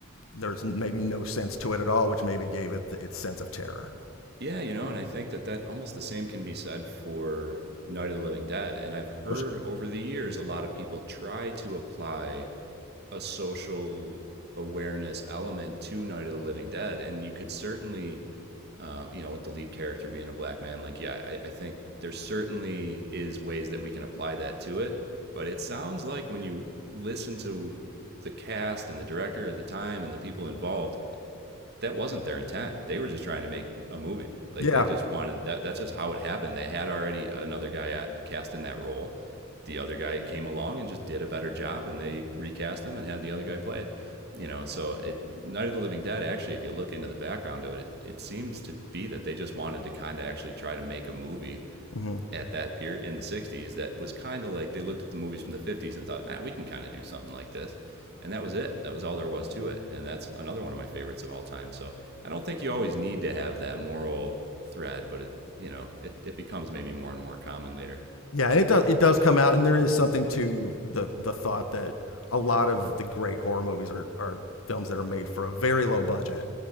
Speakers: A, on the left; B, on the right.
A: there's maybe no sense to it at all, which maybe gave it the, its sense of terror.
B: Yeah, you know, and I think that that almost the same can be said for Night of the Living Dead. And I've heard
A: Which-
B: over the years a lot of people try to apply a social awareness element to Night of the Living Dead, and you could certainly, uh, you know, with the lead character being a black man, like yeah, I, I think there certainly is ways that we can apply that to it. But it sounds like when you listen to the cast and the director at the time and the people involved, that wasn't their intent. They were just trying to make a movie. Like
A: Yeah,
B: they just wanted that. That's just how it happened. They had already another guy at, cast in that role. The other guy came along and just did a better job, and they recast him and had the other guy play it. You know, so it, Night of the Living Dead. Actually, if you look into the background of it, it, it seems to be that they just wanted to kind of actually try to make a movie
A: hmm
B: at that period in the 60s that was kind of like they looked at the movies from the 50s and thought, ah, we can kind of do something like this. And that was it. That was all there was to it. And that's another one of my favorites of all time. So I don't think you always need to have that moral thread, but it, you know, it, it becomes maybe more and more common later.
A: yeah, and it does it does come out, and there is something to the the thought that a lot of the great horror movies are are films that are made for a very low budget